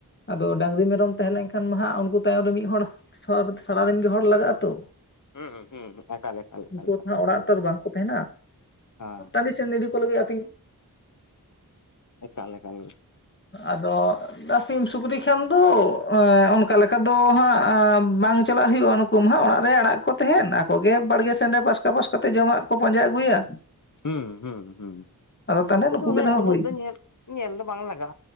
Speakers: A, on the left; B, on the left.
A: ᱟᱫᱚ ᱰᱟᱹᱝᱨᱤ ᱢᱮᱨᱚᱢ ᱛᱟᱦᱮᱸ ᱞᱮᱱ ᱠᱷᱟᱱ ᱢᱟ ᱦᱟᱸᱜ ᱩᱱᱠᱩ ᱛᱟᱭᱚᱢ ᱨᱮ ᱢᱤᱫ ᱦᱚᱲ ᱥᱟᱨᱟ ᱫᱤᱱ ᱜᱮ ᱦᱚᱲ ᱞᱟᱜᱟᱜᱼᱟ ᱛᱚ᱾
B: ᱦᱩᱸ ᱦᱩᱸ ᱦᱩᱸ ᱮᱠᱟᱞ ᱮᱠᱟᱞ ᱮᱠᱟᱞ
A: ᱩᱱᱠᱩ
B: ᱮᱠᱟᱞ
A: ᱛᱚ ᱚᱲᱟᱜ ᱨᱮ ᱛᱚ ᱫᱚ ᱵᱟᱝ ᱠᱚ ᱛᱟᱦᱮᱱᱟ?
B: ᱦᱮᱸ
A: ᱴᱟᱞᱤᱥ ᱴᱟᱰᱤ ᱤᱫᱤ ᱠᱚ ᱞᱟᱹᱜᱤᱫ ᱟᱛᱤᱧ᱾
B: ᱮᱠᱟᱞ ᱮᱠᱟᱞ
A: ᱟᱫᱚ ᱥᱤᱢ ᱥᱩᱠᱨᱤ ᱠᱷᱟᱱ ᱫᱚ ᱚᱱᱠᱟ ᱞᱮᱠᱟ ᱫᱚ ᱦᱟᱸᱜ ᱵᱟᱝ ᱪᱟᱞᱟᱜ ᱦᱩᱭᱩᱜᱼᱟ ᱾ᱱᱩᱠᱩ ᱦᱚᱸ ᱚᱲᱟᱜ ᱨᱮ ᱟᱲᱟᱜ ᱠᱚ ᱛᱟᱦᱮᱱ᱾ ᱟᱠᱚ ᱜᱮ ᱵᱟᱲᱜᱮ ᱥᱮᱱ ᱨᱮ ᱯᱟᱥᱠᱟ ᱯᱟᱥᱠᱟ ᱛᱮ ᱡᱚᱢ ᱟᱜ ᱠᱚ ᱯᱟᱸᱡᱟ ᱟᱹᱜᱩᱭ-ᱟ᱾
B: ᱦᱩᱸ ᱦᱩᱸ ᱦᱩᱸ ᱟᱫᱚ
A: ᱛᱟᱦᱚᱞᱮ
B: ᱩᱱᱠᱩ
A: ᱱᱩᱠᱩ
B: ᱫᱚ ᱩᱱᱟᱹᱜ
A: ᱜᱮ ᱫᱚᱦᱚ
B: ᱩᱱᱟᱹᱜ
A: ᱦᱩᱭ
B: ᱫᱚ ᱧᱮᱞ ᱧᱮᱞ ᱫᱚ ᱵᱟᱝ ᱞᱟᱜᱟᱜᱼᱟ